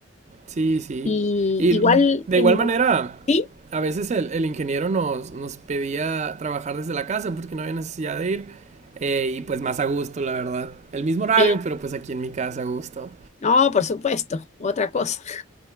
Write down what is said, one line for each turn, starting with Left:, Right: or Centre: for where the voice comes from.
Right: Sí, sí.
Left: Y
Right: Y
Left: igual
Right: de
Left: en...
Right: igual manera,
Left: Sí,
Right: a veces el, el ingeniero nos, nos pedía trabajar desde la casa porque no había necesidad de ir. Eh, y pues más a gusto, la verdad. El mismo horario,
Left: sí,
Right: pero pues aquí en mi casa a gusto.
Left: no, por supuesto, otra cosa.